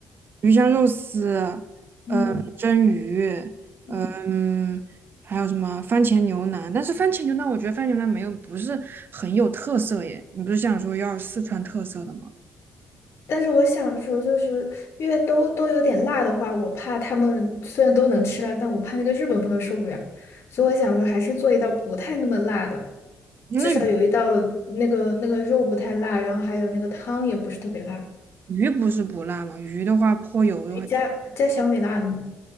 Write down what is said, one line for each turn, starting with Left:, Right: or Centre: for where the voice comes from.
Right: 鱼香肉丝、
Left: 嗯。
Right: 蒸鱼，
Left: 嗯
Right: 嗯，还有什么番茄牛腩？但是番茄牛腩，我觉得番茄牛腩没有不是很有特色耶。你不是想说要四川特色的吗？
Left: 但是我想说，就是因为都都有点辣的话，我怕他们虽然都能吃辣，但我怕那个日本朋友受不了，所以我想说还是做一道不太那么辣的，
Right: 因为。
Left: 至少有一道那个那个肉不太辣，然后还有那个汤也不是特别辣，
Right: 鱼不是不辣吗？鱼的话泼油的话，
Left: 加加小米辣的吗